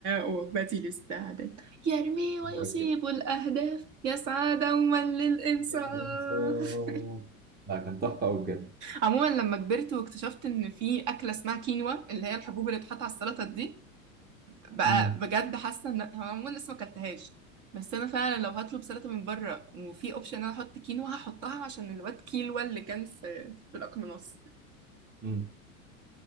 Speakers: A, on the right (about 40°); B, on the right (about 20°).
A: وهبة الاستعداد يرمي ويصيب
B: بجد.
A: الأهداف يسعى دوما للإنصاف
B: الإنصاف لا كان تحفة أوي بجد
A: عموما لما كبرت واكتشفت إن في أكلة اسمها كينوا اللي هي الحبوب اللي بتحط على السلطة دي بقى
B: مم.
A: بجد حاسة إن هو عموما لسه ما أكلتهاش بس أنا فعلا لو هطلب سلطة من بره وفي أوبشن إن أنا أحط كينوا هحطها عشان الواد كيلوا اللي كان في في الأقناص
B: <laughs>